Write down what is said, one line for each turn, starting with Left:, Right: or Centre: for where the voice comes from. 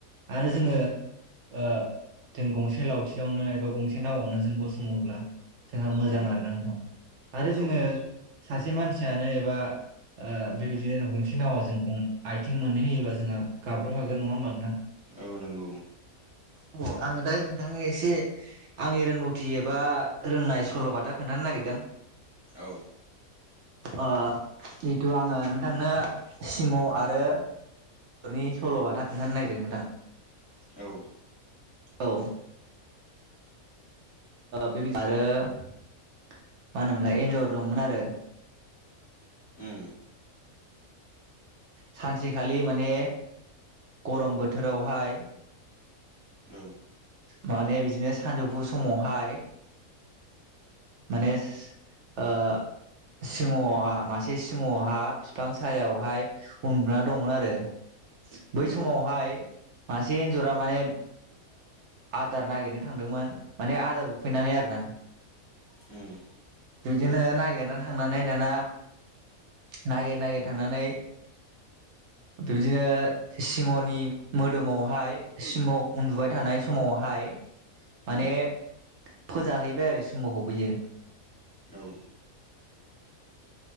Right: आरो
Left: औ
Right: जोङो ओ जों गंसे लावथियावनो एबा गंसे नावआवनो जों गसङोब्ला जोंहा मोजां
Left: औ
Right: आरो नोंथां आरो जोङो
Left: औ नंगौ
Right: सासे मानसियानो एबा ओ बेबायदिनो गंसे नावआ जोंखौ आइथिं मोननै होयोब्ला जोंहा गाब्र खागोन नङा होमबा नोंथां
Left: औ नंगौ
Right: अ आं दा नोंथांनि एसे आंनि रोंगौथि एबा रोंनाय सल'बाथा खोन्थानो नागिरदों
Left: औ
Right: ओ जिथु आङो नोंथांनो सिंह आरो बेफोरनि सल'बाथा खोनथानो नागिरदों नोंथां
Left: औ
Right: औ <unintelligible> बे जार <unintelligible> मा होनो मोनलाय एन्जर दंमोन आरो
Left: उम
Right: सानसेखालि माने गरम बोथोरावहाय
Left: औ
Right: माने बिदिनो सानजौफु समावहाय माने ओ सिंहआ मासे सिंहआ बिफां सायाआव हाइ उन्दुना दंमोन आरो बै
Left: उम
Right: समावहाय मासे एन्जरा माने आदार नागिरनो थांदोंमोन माने आदार उखैनानै आरोना
Left: उम
Right: बिदिनो नागिरना थांनानै दाना नागिर नागिर थांनानै बिदिनो सिंहनि मोदोमावहाय सिंह उन्दुबाय थानाय समावहाय माने
Left: उम
Right: फोजाहैबाय आरो सिंहखौ बियो।
Left: औ
Right: <inaudible>